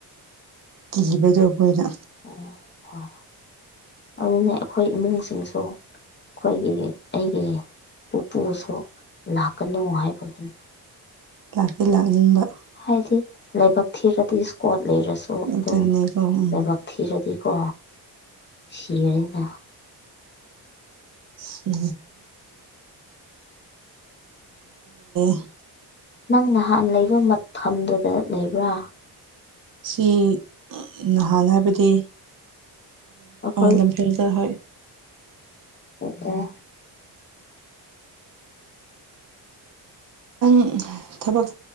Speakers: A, on the right (about 55°); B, on the left (about 30°).
A: ꯀꯤꯕꯗꯣ ꯑꯩꯈꯣꯏꯅ
B: ꯑꯣ ꯍꯣꯏ ꯑꯗꯨꯅ ꯑꯩꯈꯣꯏ ꯏꯃꯨꯡꯁꯤꯡꯁꯨ ꯑꯩꯈꯣꯏꯒꯤ ꯑꯩꯒꯤ ꯄꯨꯄꯨꯁꯨ ꯂꯥꯛꯀꯅꯨ ꯍꯥꯏꯕꯒꯤꯅꯤ
A: ꯂꯥꯛꯄꯤ ꯂꯥꯛꯅꯤꯡꯕ
B: ꯍꯥꯏꯗꯤ ꯂꯥꯏꯕꯛ ꯊꯤꯔꯗꯤ ꯏꯁꯀꯣꯠ ꯂꯩꯔꯁꯨ
A: ꯑꯗꯨꯅꯦꯀꯣ
B: ꯑꯗꯨꯝ
A: ꯎꯝ
B: ꯂꯥꯏꯕꯛ ꯊꯤꯔꯗꯤꯀꯣ ꯁꯤꯔꯅꯤꯗ
A: ꯁꯤ <unintelligible>
B: ꯅꯪ ꯅꯍꯥꯟ ꯂꯩꯕ ꯃꯐꯝꯗꯨꯗ ꯂꯩꯕ꯭ꯔꯥ
A: ꯁꯤ ꯅꯍꯥꯟ ꯍꯥꯏꯕꯗꯤ
B: ꯑꯩꯈꯣꯏ
A: ꯂꯝꯐꯦꯜꯗ ꯍꯣꯏ
B: ꯑꯣ ꯑꯣ
A: ꯈꯤꯇꯪ ꯊꯕꯛ